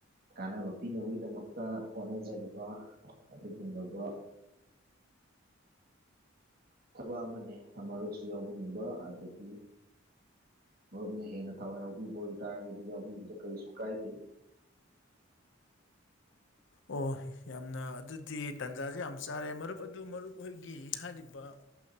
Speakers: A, on the right; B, on the left.
A: ꯀꯥꯟꯅꯕ ꯄꯤꯅꯕꯒꯤꯗꯃꯛꯇ ꯍꯣꯠꯅꯖꯔꯤꯕ ꯑꯗꯨꯒꯨꯝꯂꯕ ꯊꯕꯛ ꯑꯃꯅꯦ ꯃꯔꯨꯞꯁꯨ ꯌꯥꯎꯕꯤꯅꯤꯡꯕ ꯑꯗꯒꯤ ꯃꯔꯨꯞꯅ ꯍꯦꯟꯅ ꯊꯋꯥꯏ ꯌꯥꯎꯕꯤꯕ ꯑꯣꯏꯇꯥꯔꯒꯗꯤ ꯌꯥꯎꯕꯤꯕꯗ ꯀꯔꯤꯁꯨ ꯀꯥꯏꯗꯦ
B: ꯑꯣ ꯌꯥꯝꯅ ꯑꯗꯨꯗꯤ ꯇꯥꯟꯖꯥꯁꯦ ꯌꯥꯝ ꯆꯥꯔꯦ ꯃꯔꯨꯞ ꯑꯗꯨ ꯃꯔꯨꯞ ꯍꯣꯏꯒꯤ ꯍꯥꯏꯔꯤꯕ